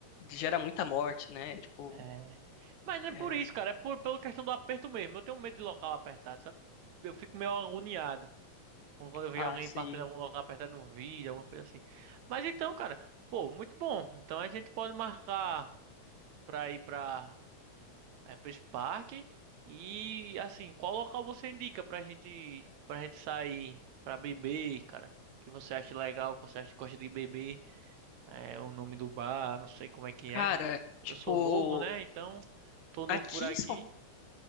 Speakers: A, on the left; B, on the right.
A: gera muita morte, né? Tipo,
B: É. Mas não
A: é,
B: é por isso, cara, é por, pela questão do aperto mesmo. Eu tenho medo de local apertado, sabe? Eu fico meio agoniado. Quando eu vejo
A: ah,
B: alguém
A: assim.
B: passando em algum lugar apertando um vídeo, alguma coisa assim. Mas então, cara, pô, muito bom. Então a gente pode marcar pra ir pra, é, pra esse parque. E assim, qual local você indica pra gente, pra gente sair pra beber, cara? O Que você acha legal, o que você acha que gosta de beber? É, o nome do bar, não sei como é que
A: Cara,
B: é.
A: tipo.
B: Eu sou novo, né? Então, tô novo
A: Aqui
B: por aqui.
A: em São